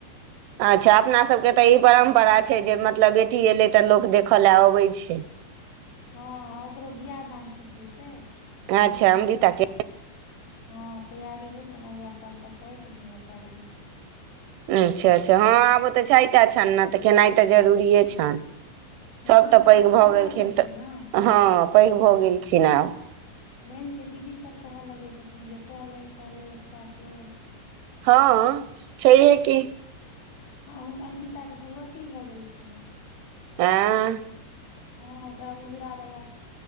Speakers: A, on the right; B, on the left.
A: अच्छा अपना सब के तऽ ई परम्परा
B: होइया
A: छै जे मतलब बेटी एलै तऽ लोक देखऽ लए अबै छै
B: हँ ओकरो बियाह दान ठीक होइ छै अमृता
A: अच्छा अमृताके
B: के हँ तैयारी होइ छैन अगिला साल तऽ कहै छथिन जे करबै
A: अच्छा अच्छा हँ आब ओतऽ चारि टा छनि न तऽ केेनाइ तऽ जरूरिए छनि
B: हँ
A: सब तऽ पैघ
B: कहऽ
A: भऽ गेलखिन
B: लगै छै
A: तऽ-
B: ने
A: हँ पैघ भऽ गेलखिन आब
B: मेन छै दीदी सब कहऽ लगै छथिन जे कऽ ले कऽ ले एकटा के
A: हँ छैहे की
B: अ हुनका अंकिता के भगवती भऽ गेलखिन हेँ
A: आँय
B: हँ ओकरा उजरा बला